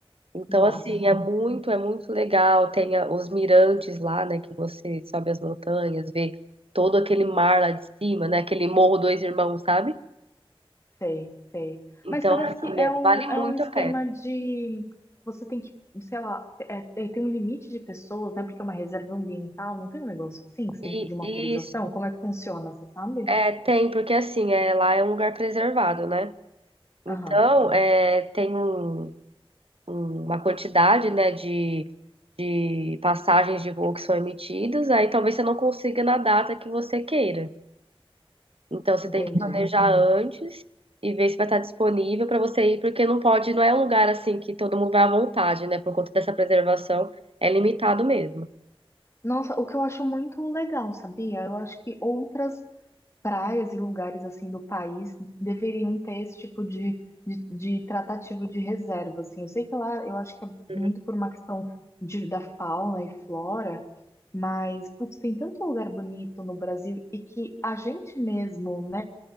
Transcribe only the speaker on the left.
nossa,
sei, sei.
Mas parece
que é
um,
é um esquema
de. Você tem que, sei lá, é- é- tem um limite de pessoas, né? Porque é uma reserva ambiental, não tem um negócio assim? que Você
tem que pedir uma
autorização?
Como é que funciona, você sabe?
Aham,
entendi.
Nossa, o que eu acho muito legal, sabia? Eu acho que outras. praias e lugares assim do país deveriam ter esse tipo de, de, de tratativa de reserva, assim. Eu sei que lá, eu acho que é
muito por uma questão de, da fauna e flora, mas, putz, tem tanto lugar bonito no Brasil e que a gente mesmo, né,